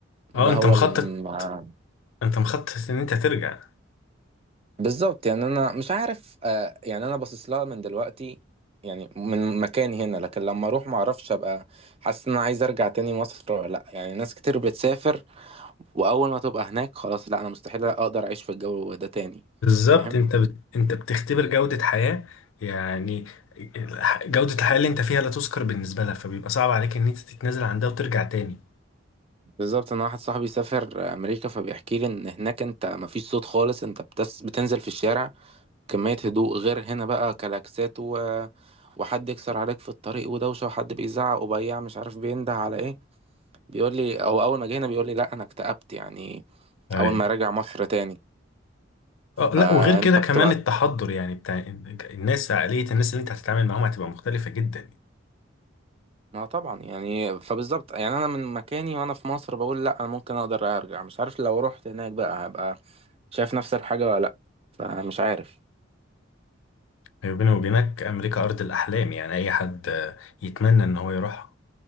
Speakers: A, on the left; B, on the right.
A: اه
B: ده
A: أنت
B: هو
A: مخطط
B: اللي مع...
A: أنت مخطط إن أنت ترجع
B: بالظبط يعني انا مش عارف آه يعني انا باصص لها من دلوقتي يعني من مكاني هنا لكن لما اروح ما اعرفش ابقى حاسس ان انا عايز ارجع تاني مصر ولا لا يعني ناس كتير بتسافر واول ما تبقى هناك خلاص لا انا مستحيل اقدر اعيش في الجو ده تاني
A: بالظبط
B: فاهم
A: أنت بت... أنت بتختبر جودة حياة يعني جودة الحياة اللي أنت فيها لا تذكر بالنسبة لها فبيبقى صعب عليك إن أنت تتنازل عن ده وترجع تاني
B: بالظبط انا واحد صاحبي سافر امريكا فبيحكي لي ان هناك انت مفيش صوت خالص انت بتس... بتنزل في الشارع كمية هدوء غير هنا بقى كلاكسات و... وحد يكسر عليك في الطريق ودوشة وحد بيزعق وبياع مش عارف بينده على ايه بيقول لي او اول ما جينا بيقول لي لا انا اكتئبت يعني
A: ايوه
B: اول ما راجع مصر تاني
A: اه لا
B: فانت
A: وغير كده كمان
B: بتبقى
A: التحضر يعني بتاع الناس عقلية الناس اللي انت هتتعامل معاهم هتبقى مختلفة جدا
B: ما طبعا يعني فبالظبط يعني انا من مكاني وانا في مصر بقول لا انا ممكن اقدر ارجع مش عارف لو رحت هناك بقى هبقى شايف نفس الحاجة ولا لا فمش عارف
A: يعني بيني وبينك أمريكا أرض الأحلام يعني أي حد آه، يتمنى إن هو يروحها